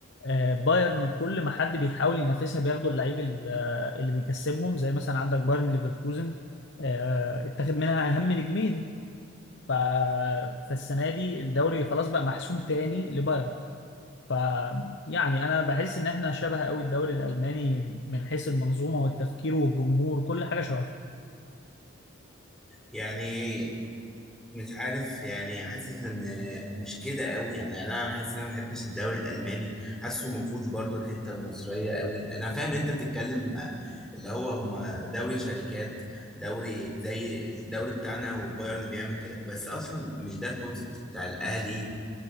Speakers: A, on the left; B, in the centre.
A: آه، بايرن كل ما حد بيحاول ينافسها بياخدوا اللعيب ال- آه، اللي بيكسبهم زي مثلا عندك بايرن ليفركوزن آه، اتخذ منها أهم نجمين ف... فالسنة دي الدوري خلاص بقى محسوم تاني لبايرن ف يعني أنا بحس إن احنا شبه قوي الدوري الألماني من حيث المنظومة والتفكير والجمهور كل حاجة شبه
B: يعني مش عارف يعني حاسس ان مش كده قوي انا يعني انا حاسس ان انا ما بحبش الدوري الالماني حاسه ما فيهوش برضو الحته المصريه قوي انا فاهم انت بتتكلم آه، اللي هو هما دوري شركات دوري زي الدوري بتاعنا وبايرن بيعمل كده بس اصلا مش ده الكونسيبت بتاع الاهلي